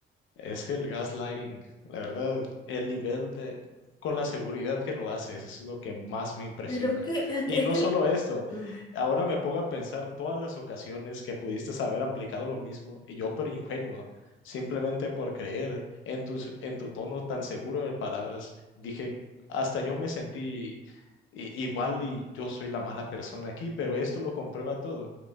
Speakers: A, on the left (about 80°); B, on the left (about 20°).
A: Es que el gaslighting, la verdad, el nivel de, con la seguridad que lo haces es lo que más me impresiona.
B: Pero es que, es que,
A: Y
B: es
A: no
B: que
A: solo
B: el-
A: esto,
B: Mm,
A: ahora me pongo a pensar todas las ocasiones que pudiste haber aplicado lo mismo y yo pero ingenuo, simplemente por creer en tus, en tu tono tan seguro de palabras, dije, hasta yo me sentí i- igual y yo soy la mala persona aquí, pero esto lo comprueba todo.